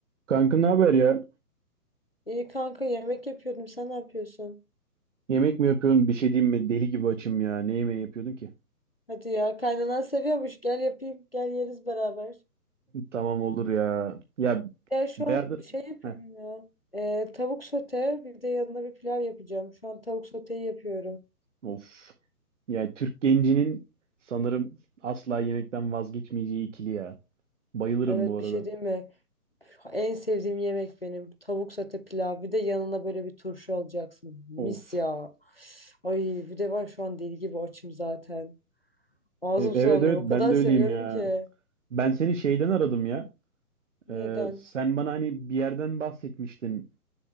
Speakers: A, on the right (about 50°); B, on the left (about 40°).
A: Kanka ne haber ya?
B: İyi kanka yemek yapıyordum. Sen ne yapıyorsun?
A: Yemek mi yapıyorsun? Bir şey diyeyim mi? Deli gibi açım ya. Ne yemeği yapıyordun ki?
B: Hadi ya kaynanan seviyormuş. Gel yapayım. Gel yeriz beraber.
A: Tamam olur ya. Ya
B: Ya şu
A: bayağıdır.
B: an şey yapıyorum
A: Heh.
B: ya. e, tavuk sote bir de yanına bir pilav yapacağım. Şu an tavuk soteyi yapıyorum.
A: Of. Yani Türk gencinin sanırım asla yemekten vazgeçmeyeceği ikili ya. Bayılırım
B: Evet
A: bu arada.
B: bir şey değil mi? En sevdiğim yemek benim. Tavuk sote pilav. Bir de yanına böyle bir turşu olacaksın. Mis
A: Of.
B: ya. Ay bir de var şu an deli gibi açım zaten. Ağzım
A: E- evet
B: sulanıyor.
A: evet
B: O
A: ben
B: kadar
A: de
B: seviyorum
A: öyleyim ya.
B: ki.
A: Ben seni şeyden aradım ya.
B: Neden?
A: Ee, sen bana hani bir yerden bahsetmiştin.